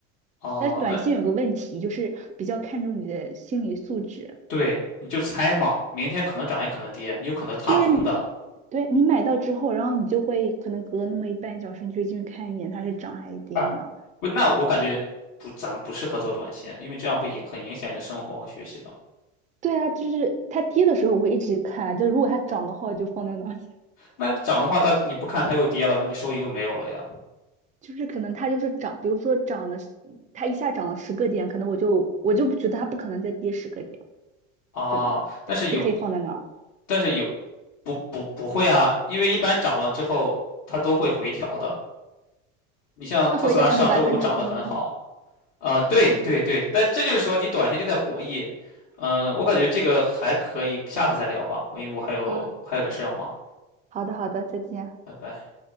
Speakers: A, on the left (about 50°); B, on the right (about 20°).
A: 哦，
B: 但是短线有个问题，
A: 那
B: 就是比较看重你的心理素质，
A: 对，你就猜嘛，明天可能涨也可能跌，你有可能踏空的。
B: 就是你对你买到之后，然后你就会可能隔那么一半小时，你就进去看一眼它是涨还是跌嘛。
A: 啊，不，那我感觉不，咱们不适合做短线，因为这样会影很影响你的生活和学习的。
B: 对啊，就是它跌的时候我一直看，就如果它涨的话我就放在那儿 <laughs>
A: 那你涨的话，它你不看它又跌了，那你收益又没有了呀。
B: 就是可能它就是涨，比如说涨了，它一下涨了十个点，可能我就我就不觉得它不可能再跌十个点。
A: 啊，
B: 对吧？
A: 但是有，
B: 就可以放在那儿，
A: 但是有不不不会啊，因为一般涨了之后它都会回调的。你像特斯拉上周五涨得很好，
B: 它回调可能百分之一。
A: 呃，对对对，
B: 对，
A: 但这就是说你短线就在博弈，嗯、我感觉这个还可以，下次再聊吧，我因为我还有还有点事要忙，
B: 啊，好的，好的，再见。
A: 拜拜。